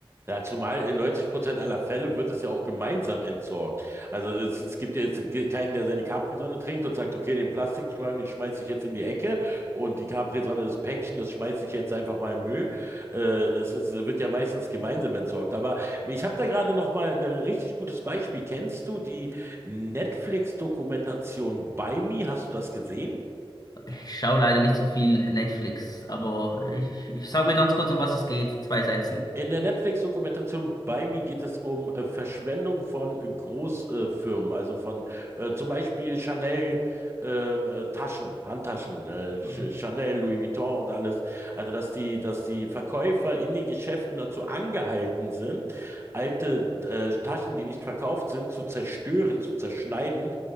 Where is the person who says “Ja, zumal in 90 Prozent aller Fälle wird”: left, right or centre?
Right